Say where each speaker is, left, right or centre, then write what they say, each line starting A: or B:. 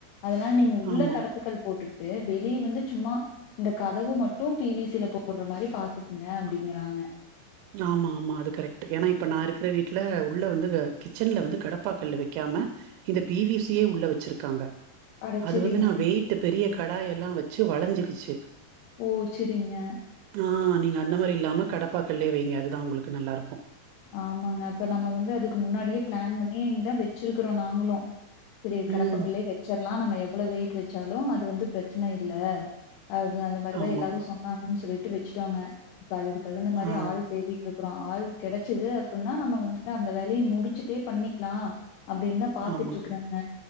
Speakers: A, on the left; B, on the right.
A: அதனால நீங்க உள்ள
B: ஆமா
A: கடப்புக்கல் போட்டுட்டு வெளிய வந்து சும்மா இந்த கதவு மட்டு பி வி சி ல போட்ற மாரி பாத்துக்ங்க அப்டிங்கறாங்க
B: ஆமா ஆமா அது கரெக்ட்டு ஏனா இப்ப நா இருக்ற வீட்ல உள்ள வந்து கிச்சன்ல வந்து கடப்பாக்கல்லு வெக்காம இந்த பி வி சி யே உள்ள வச்சிருக்காங்க
A: அட
B: அது
A: சரிங்க
B: வந்து நா வெயிட்டு பெரிய கடாயெல்லா வச்சு வளஞ்சுக்கிச்சு
A: ஓ செரிங்க
B: ஆ நீங்க அந்த மாரி இல்லாம கடப்பாக்கல்லே வெய்ங்க அதுதா உங்களுக்கு நல்லாருக்கு
A: ஆமாங்க அப்ப நம்ம வந்து அதுக்கு முன்னாடியே பிளான் பண்ணி தா வச்சிருக்றோ நாங்களு செரி கடப்பாக்கல்லே
B: ம்
A: வச்செர்லா நம்ம எவ்ளோ வெயிட் வெச்சாலு அது வந்து பிரச்சன இல்ல ஆ அந்த மாரிதா
B: ஆமா
A: எல்லாரு சொன்னாங்கன் சொல்லிட்டு வெச்ட்டோங்க இப்ப அதுக்கு தகுந்த மாரி
B: ஆ
A: ஆள் தேடி ட்ருக்குறோ ஆள் கெடச்சது அப்பினா நம்ம வந்து அந்த வேலய முடிச்சுட்டே பண்ணிக்லா அப்டின்தா பாத்துட்ருக்றேங்க
B: ஆமா